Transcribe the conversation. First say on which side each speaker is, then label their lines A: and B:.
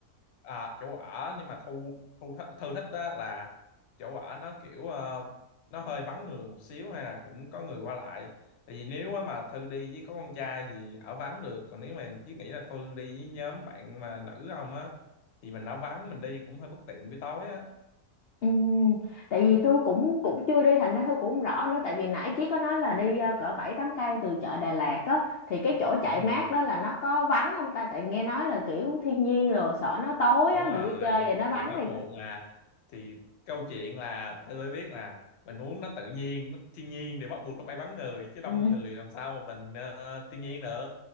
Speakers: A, on the left (about 55°); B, on the left (about 70°).
A: à, chỗ ở nhưng mà thu thu th- thư thích á là chỗ ở nó kiểu ờ, nó hơi vắng người một xíu hay là cũng có người qua lại. Tại vì nếu á mà Thư đi với có con trai thì ở vắng được, còn nếu mà chỉ nghĩ là Thư đi với nhóm bạn mà nữ không á thì mình nó vắng mình đi cũng hơi bất tiện buổi tối á
B: Ừm, tại vì Thu cũng cũng chưa đi thành ra Thu cũng không rõ nữa tại vì nãy Chí có nói là đi ờ, cỡ 7 8 cây từ chợ Đà Lạt á thì cái chỗ chạy
A: ừ,
B: mát đó là nó có vắng không ta tại nghe nói là kiểu thiên nhiên rồi sợ nó tối
A: đúng
B: á
A: rồi
B: mình đi chơi vậy nó vắng
A: thì bắt
B: thì
A: buộc mà thì câu chuyện là tôi biết là mình muốn nó tự nhiên nó thiên nhiên thì bắt buộc nó phải vắng người chứ đông
B: ừ.
A: người làm sao mà mình ờ, thiên nhiên được